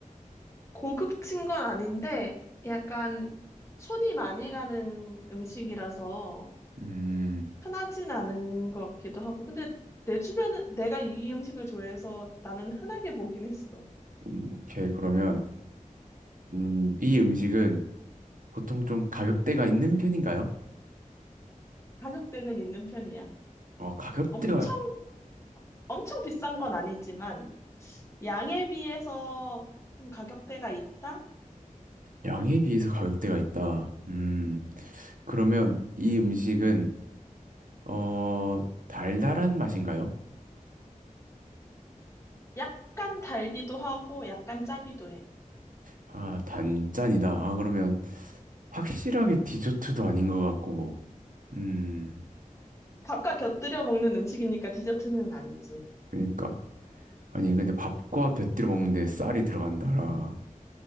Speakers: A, on the left; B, on the right.
A: 고급진 건 아닌데, 약간 손이 많이 가는 음식이라서,
B: 음,
A: 흔하진 않은 것 같기도 하고. 근데 내 주변은 내가 이 음식을 좋아해서 나는 흔하게 보긴 했어.
B: 음, 오케이, 그러면, 음, 이 음식은 보통 좀 가격대가 있는 편인가요?
A: 가격대는 있는 편이야.
B: 어, 가격대가,
A: 엄청, 엄청 비싼 건 아니지만, 양에 비해서 좀 가격대가 있다?
B: 양에 비해서 가격대가 있다. 음, 그러면 이 음식은, 어, 달달한 맛인가요?
A: 약간 달기도 하고, 약간 짜기도 해.
B: 아, 단짠이다. 아, 그러면 확실하게 디저트도 아닌 것 같고, 음,
A: 밥과 곁들여 먹는 음식이니까 디저트는 아니지.
B: 그러니까. 아니, 근데 밥과 곁들여 먹는데 쌀이 들어간다라.